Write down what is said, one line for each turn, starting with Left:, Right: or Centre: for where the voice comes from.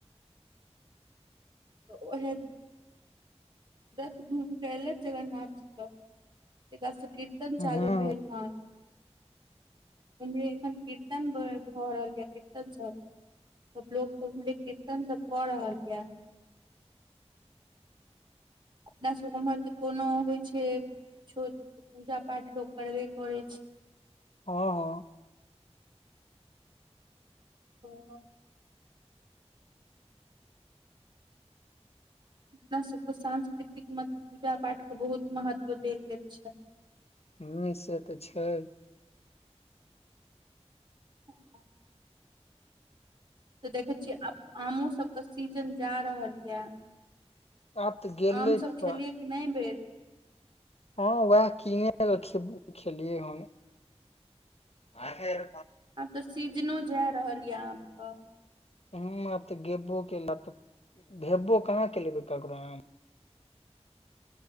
Right: ओहे रथ घुम के एलैथि जगन्नाथ जी क तेका स कीर्तन
Left: हँ
Right: चालू
Left: हँ
Right: भेल हन। ओम्हरे एखन कीर्तन भ भ रहल य किर् <unintelligible> सब लोग सब त ओम्हरे कीर्तन सब क रहल ये। अपना सब ओम्हर त कोनो होइ छैय छोट पूजा पाठ लोक करबे करै छैय।
Left: हँ- हँ।
Right: ओ। अपना सबके सांस्कृतिक म पूजा पाठके बहुत महत्व देल गेल छैय।
Left: हुं से त छैय।
Right: ह तऽ देखे छीयै आब आमो सब के सीजन जा रहल ये
Left: आब तऽ गेलै
Right: आम सब
Left: पूरा
Right: खेलिय कि नहि ऐ बेर
Left: हँ वएह कीने खबै खेलियै हन आखिर
Right: आब तऽ सीजनो जाय रहल ये आम क --
Left: हु आब तऽ गेबबो केलेथ भेबो कहां केले ऐकटा ककरोम